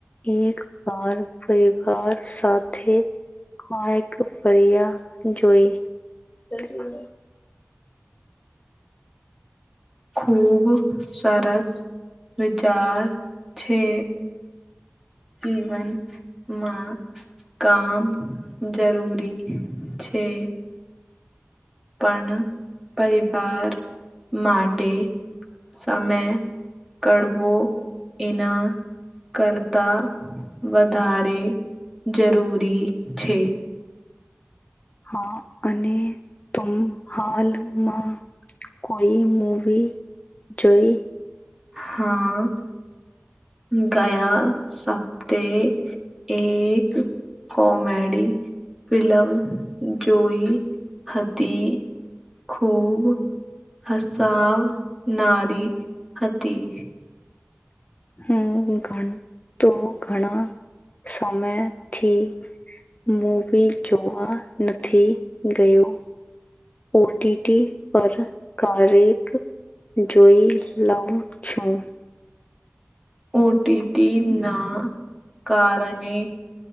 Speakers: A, on the left; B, in the centre.
A: એક બાર પરિવાર સાથે કઈક ફર્યા જોઈ. ત <inaudible>
B: ખૂબ સરસ. વિચાર છે, જીવન. માં કામ જરૂરી છે. પણ પરિવાર માટે. સામે કળવો એના. કરતા વધારે જરૂરી છે.
A: હા અને તુમ હાલમાં કોઈ મૂવી જોઈ.
B: હા. ગયા, સપતે એક કોમેડી ફિલ્મ જોઈ હતી, ખૂબ હસાવ નારી હતી.
A: હમ્મ, ધળ તો ઘણા સમયથી મૂવી જોવા નથી ગયો. ઓ ટી ટી પર કારેક જોઈ લઉં છું.
B: ઓ ટી ટી ના કારણે